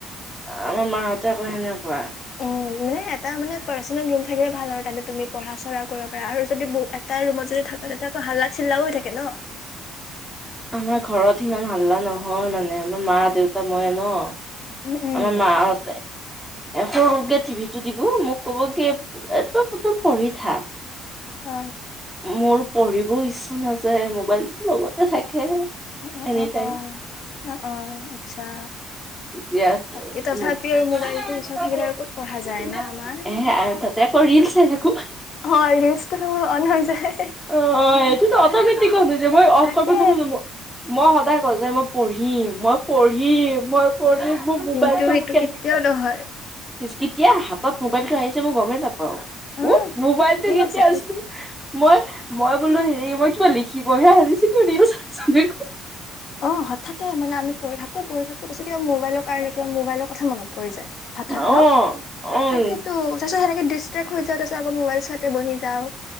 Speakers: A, in the centre; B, on the left (about 55°).
A: আমাৰ মাঁহতে আকৌ সেনেকুৱা।
B: উম মানে এটা মানে পাৰ্চনেল ৰুম থাকিলে ভাল আৰু তাতে তুমি পঢ়া চয়া কৰিব পৰা আৰু যদি ব তাই ৰুমত যদি থাকে তেতিয়া আকৌ হাল্লাক চিল্লাও হৈ থাকে ন।
A: আমাৰ ঘৰত সিমান হাল্লা নহয় মানে আমাৰ মা দেউতা মই ন
B: উম উম।
A: আমাৰ ম হতে। এ সৰুকে টিভিটো দিব মোক কব কি এ তপ তপ পঢ়ি থা।
B: অ
A: মোৰ পঢ়িবও ইচ্ছা নাযায় মোবাইলটোতো লগতে থাকে।
B: অহ
A: এনি
B: অ
A: টাইম
B: অহ অহ অ আচ্ছা।
A: এতিয়াত
B: বাকী তথাপি
A: মোক <unintelligible>
B: আৰু মোবাইলটো ওচৰত থাকিলে আৰু ক'ত পঢ়া যায় ন আমাৰ
A: স আৰু তাতে অ ৰিল চাই থাকো।
B: অ ৰিলচটো অন হৈ যায়
A: অ অ সেইটোতো অটমেটিক <unintelligible>
B: তাকে
A: মই সদায় কওঁ যে মই পঢ়িম, মই পঢ়িম মই পৰি মোৰ মোবাইলটো
B: কিন্তু এইটো
A: কেনে,
B: কেতিয়াও নহয়
A: কেতিয়া হাতত মোবাইলটো আহি যাই মই গমেই নাপাও
B: উম
A: উ মোবাইলটো
B: ঠিক
A: কেতিয়া
B: কৈছা ঠিক
A: আছিল। মই মই বোলো হেৰি মই কিবা লিখিবহে আহিছিলো ল। <unintelligible>
B: অ হঠাতে মানে আম পঢ় থাকো পঢ় থাকো পিছত কিবা মোবাইলৰ কাৰণে কিবা মোবাইৰ কথা মন। যায় হঠাৎ
A: অ',
B: ন?
A: উম,
B: তাকেতো তাৰিছত সেনেকে ডিষ্টাৰ্ব হৈ য়ায। তই আকৌ মোবাইল চাতে বহি যাও,